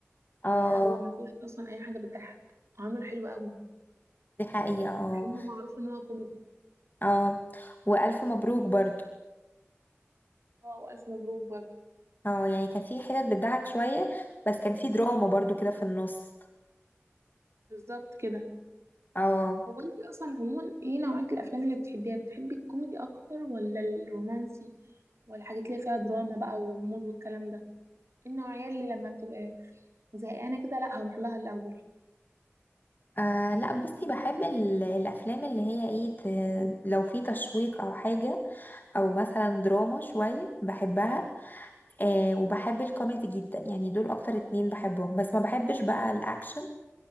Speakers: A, on the left (about 40°); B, on the right (about 70°).
A: اه
B: آه هو ما فيهوش أصلا أي حاجة بتضحك عامل حلو قوي
A: دي حقيقه اه
B: مع انه معروف ان هو كوميدي
A: اه والف مبروك برضو
B: اه وألف مبروك برضه
A: اه يعني كان في حتت بتضحك شويه بس كان في دراما برضو كده في النص
B: بالظبط كده
A: اه
B: هو انت اصلا عموما ايه نوعية الافلام اللي بتحبيها بتحبي الكوميدي اكتر ولا الرومانسي ولا الحاجات اللي فيها دراما بقى وغموض والكلام ده ايه النوعية اللي لما بتبقى زهقانة كده لا هروح لها الاول
A: آه لا بصي بحب ال- الافلام اللي هي ايه ت- لو في تشويق او حاجه او مثلا دراما شويه بحبها آه وبحب الكوميدي جدا يعني دول اكتر اتنين بحبهم بس ما بحبش بقى الاكشن